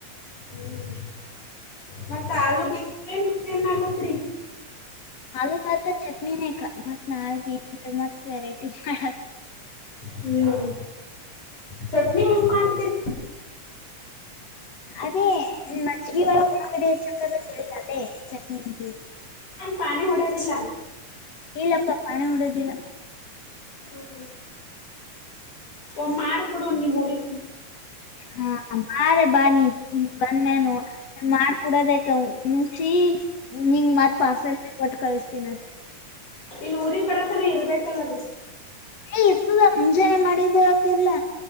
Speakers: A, on the left; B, on the left.
A: ಹ್ಮ್ ಮತ್ತತ್ ಆಲೂ ಬ ಏನ್ ಮತ್ತ ಏನ್ ಮಾಡ್ಲತ್ರಿ
B: ಕಾಲು ಪಾತ ಚಟ್ನಿನೇಕ ಮತ್ ನಾಳಗ ಮತ್ ವೆರೈಟಿ ಮಾಡ
A: ಹ್ಮ್ ಚಟ್ನಿ ಹೆಂಗ್ ಮಾಡ್ತೀರಿ
B: ಅದೇ ಮಜ್ಗಿ ಒಳ ಒಳಗಡೆ ಚಕ್ಕದ ಕೇಳಿಲ್ಲ ಅದೇ ಚಟ್ನಿ ಅಂತೀವಿ
A: ಪಾಣ ಹೊಡ ದಲ್ಲಾ
B: ಇಲ್ಲಪ್ಪಾ ಪಾಣ ಹೊಡದಿಲ್ಲ
A: ಹ್ಮ್ ಒ ಮಾಡ್ಕೊಡಣ ನಿಮ್ ರಿ
B: ಹಾ ಬಾರೆ ಬಾನಿ್ಮ ಬಂದ್ಮೇನು ಮಾಡಕೂಡೋದ ಮುಂಚೆ ನಿಂಗ ಮತ್ ಪಾರ್ಸೆಲ್ ಒಟ್ಟು ಕಳಿಸತೀನತ್
A: ಇಲ್ಲಿ ಊರಿಗೆ ಬರತನೇ ಇರ್ಬೇಕಲ್ಲದು
B: ಏ ಇರ್ತದ ಮುಂಜಾನೆ ಮಾಡಿದ್ದ ಆಕೆಲ್ಲ